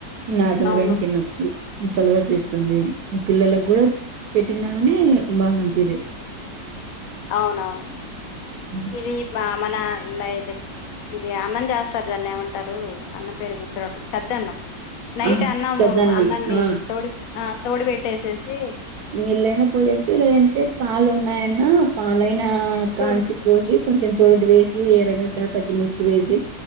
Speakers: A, on the right (about 70°); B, on the left (about 65°).
A: నార్మల్గైన్
B: అవును.
A: తినొచ్చు. ఈ చల్వ చేస్తుంది పిల్లలక్ గుడా పెట్టినానే బాగా మంచిది.
B: అవునవును
A: ఉమ్
B: ఇది బా మన నై ఇది అన్నం చేస్తారు దాన్నేమంటారు అన్నం పేరు గుర్తు రావట్లే సద్దన్నం. నైట్
A: ఆ
B: అన్నం
A: చద్దన్నం
B: అన్నంని
A: ఆ
B: తోడి ఆ తోడి పెట్టేసేసి
A: నీళ్ళైన పోయచ్చు లేదంటే పాలు ఉన్నాయన్న పాలైన నా
B: తోడిబెట్టేయచ్చు.
A: కాంచి పోసి కొంచెం తోడు వేసి ఎర్రగడ్డ, పచ్చిమిర్చి వేసి